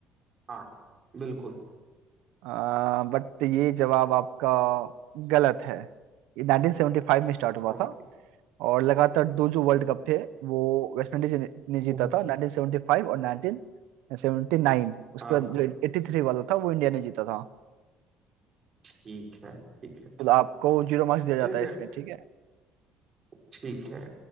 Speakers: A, on the right (about 30°); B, on the right (about 85°).
A: हाँ बिल्कुल
B: आ, बट ये जवाब आपका गलत है ये 1975 में स्टार्ट हुआ
A: ओके
B: था और लगातार दो जो वर्ल्ड कप थे वो वेस्ट इंडीज ने ने जीता
A: ओके
B: था 1975 और 1979 उसके
A: हाँ
B: बाद जो 83 वाला था वो इंडिया ने जीता था
A: ठीक है ठीक है ठीक
B: तो आपको जीरो मार्क्स दिया जाता
A: ठीक
B: है
A: है
B: इसमें ठीक है
A: ठीक है